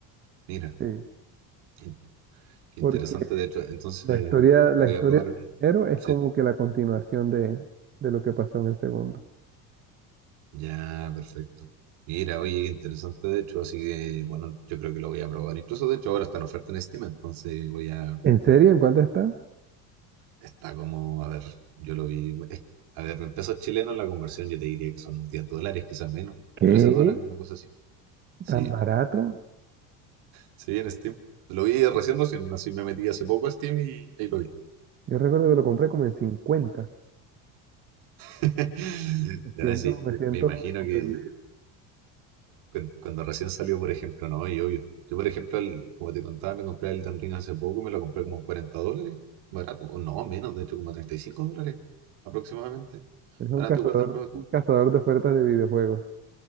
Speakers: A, on the right; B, on the right.
A: mira,
B: Sí,
A: in- qué
B: porque
A: interesante de hecho, entonces
B: la historia, la
A: voy
B: historia
A: a probar
B: del
A: el...
B: primero es
A: sí.
B: como que la continuación de, de lo que pasó en el segundo.
A: Ya, perfecto. Mira, oye, qué interesante de hecho, así que bueno, yo creo que lo voy a probar. Incluso de hecho ahora está en oferta en Steam, entonces voy a...
B: ¿En serio? ¿En cuánto está?
A: Está como, a ver, yo lo vi... es- a ver, en pesos chilenos la conversión yo te diría que son 10 dólares, quizás menos.
B: ¿Qué?
A: trece dólares, una cosa así. Sí,
B: ¿Tan barato?
A: sí, en Steam. Lo vi recién, recién, así me metí hace poco a Steam y ahí lo vi.
B: Yo recuerdo que lo compré como en cincuenta
A: <laughs>
B: Me
A: Ya,
B: siento,
A: sí,
B: me
A: me
B: siento
A: me imagino
B: ofendido.
A: que Cuando, cuando recién salió, por ejemplo, no, y obvio. Yo, por ejemplo, el- como te contaba, me compré el Elden Ring hace poco, me lo compré como en 40 dólares, barato, o no, menos, de hecho, como 35 dólares aproximadamente.
B: Es un
A: Barato
B: cazador,
A: igual del juego tú.
B: un cazador de ofertas de videojuegos.